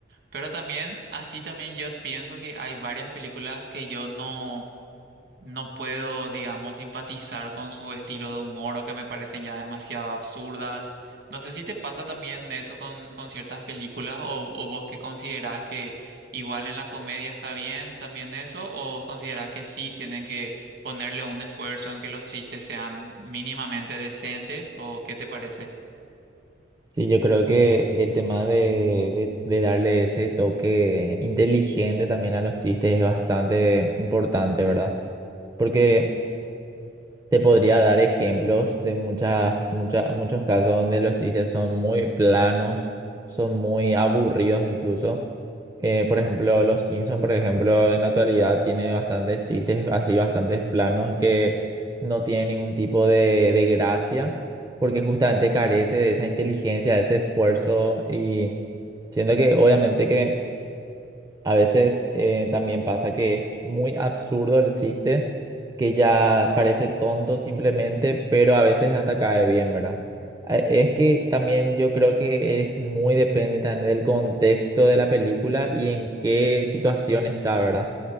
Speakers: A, on the right; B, on the right.
A: Pero también, así también yo pienso que hay varias películas que yo no, no puedo, digamos, simpatizar con su estilo de humor o que me parecen ya demasiado absurdas. No sé si te pasa también eso con, con ciertas películas o, o vos que considerás que igual en la comedia está bien también eso o vos considerás que sí tienen que ponerle un esfuerzo en que los chistes sean mínimamente decentes o qué te parece?
B: Sí, yo creo que el tema de, de, de darle ese toque inteligente también a los chistes es bastante importante, ¿verdad? Porque Te podría dar ejemplos de muchas, muchas, muchos casos donde los chistes son muy planos, son muy aburridos incluso. Eh, por ejemplo, Los Simpson, por ejemplo, en la actualidad tiene bastantes chistes así, bastantes planos que no tienen ningún tipo de, de gracia, porque justamente carece de esa inteligencia, de ese esfuerzo y siento que obviamente que a veces eh, también pasa que es muy absurdo el chiste, que ya parece tonto simplemente, pero a veces hasta cae bien, ¿verdad? A- Es que también yo creo que es muy depende también del contexto de la película y en qué situación está, ¿verdad?